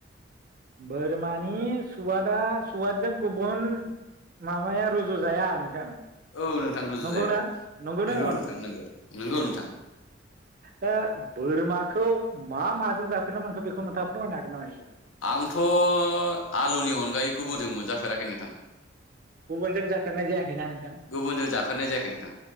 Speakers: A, on the right; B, on the left.
A: बोरमानि सुवादा सुवादजों गुबुन माबाया रुजुजाया नोंथां।
B: औ नोंथां रुजु
A: नंगौना
B: जाया
A: नंगौना
B: नंगौ
A: नङा नोंथां
B: नंगौ नंगौ नोंथां
A: औ दा। बोरमाखौ मा माजों जाफेरनो मोनखो बेखौ नोंथाङा फोरमायनो हागोन नामा एसे
B: आंथ' आलुनि अनगायै गुबुनजों मोनजाफेराखै नोंथां।
A: गुबुनजों जाफेरनाय जायाखैना नोंथां
B: गुबुनजों जाफेरनाय जायाखै नोंथां